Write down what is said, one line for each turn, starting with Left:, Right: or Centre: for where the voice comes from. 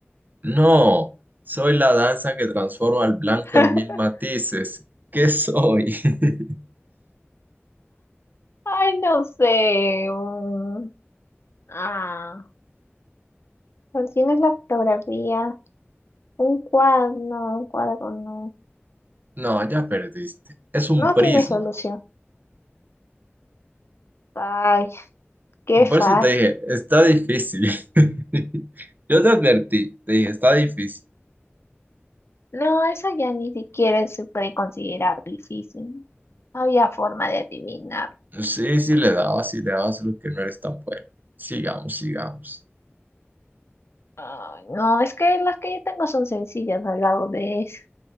Right: No, soy la danza que transforma al blanco
Left: <laughs>
Right: en mil matices. ¿Qué soy? <laughs>
Left: Ay, no sé. mm, Ah, ¿cuál tienes la fotografía? Un cuadro, no, un cuadro no.
Right: No, ya perdiste. Es un
Left: No
Right: prisma.
Left: tiene solución. Ay, qué fácil.
Right: Por eso te dije, está difícil. <laughs> Yo te advertí, te dije, está difícil.
Left: No, eso ya ni siquiera se puede considerar difícil. No había forma de adivinar.
Right: Sí, sí le daba, sí le daba, solo que no eres tan bueno. Sigamos, sigamos.
Left: Ay, no, es que las que yo tengo son sencillas al lado de eso.